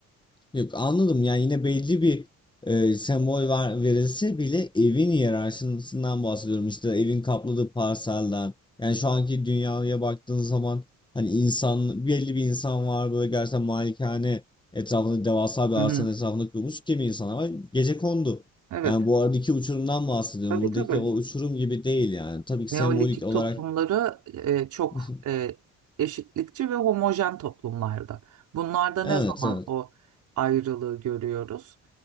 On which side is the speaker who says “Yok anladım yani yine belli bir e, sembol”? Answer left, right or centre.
Left